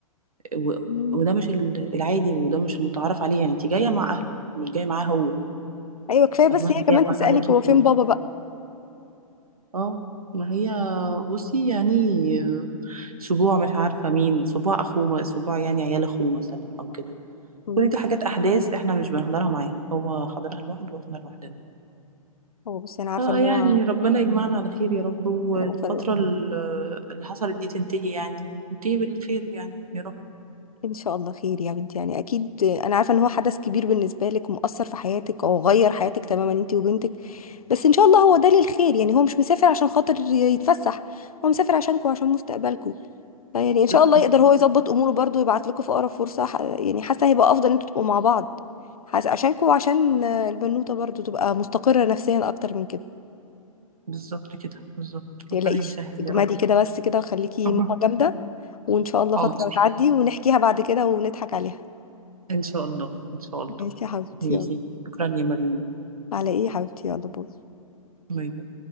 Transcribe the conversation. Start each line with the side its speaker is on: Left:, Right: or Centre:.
Right: و...
Left: مم.
Right: وده مش ال- العادي وده مش المتعارف عليه يعني انت جايه مع اهله مش جايه معاه هو
Left: أيوة كفاية بس
Right: فاهمه
Left: هي
Right: انت
Left: كمان
Right: جايه
Left: تسألك
Right: مع حماكي
Left: هو
Right: وحماتي
Left: فين بابا بقى
Right: اه ما هي بصي يعني آه، سبوع مش عارفه مين سبوع اخوه سبوع يعني عيال اخوه مثلا او كده
Left: مم.
Right: كل دي حاجات احداث احنا مش بنحضرها معاه هو حضرها لوحده واحنا لوحدنا
Left: هو بصي أنا عارفة
Right: اه
Left: إن
Right: آه.
Left: هو
Right: يعني ربنا يجمعنا على خير يا رب والفترة
Left: أنا عارفة إن هو
Right: ال- اللي حصلت دي تنتهي يعني وتنتهي بالخير يعني يا رب
Left: إن شاء الله خير يا بنتي يعني أكيد أنا عارفة إن هو حدث كبير بالنسبة لك ومؤثر في حياتك أو غير حياتك تماما أنت وبنتك بس ان شاء الله هو ده للخير يعني هو مش مسافر عشان خاطر يتفسح هو مسافر عشانكم وعشان مستقبلكم فيعني ان شاء
Right: بالظبط
Left: الله يقدر هو يظبط اموره برضو ويبعت لكم في اقرب فرصة ح- يعني حاسة هيبقى افضل ان انتوا تبقوا مع بعض حاسة عشانكم وعشان آه، البنوتة برضو تبقى مستقرة نفسيا اكتر من كده
Right: بالظبط كده بالظبط
Left: متقلقيش
Right: ربنا يسهل
Left: اجمدي
Right: يا رب
Left: كده بس كده وخليكي
Right: <laughs>
Left: ماما جامدة وان شاء الله
Right: حاضر
Left: فترة هتعدي ونحكيها بعد كده ونضحك عليها
Right: ان شاء الله ان شاء الله
Left: ماشي يا حبيبتي
Right: ماشي
Left: يلا
Right: شكرا يا مريم
Left: على ايه يا حبيبتي يلا باي
Right: باي باي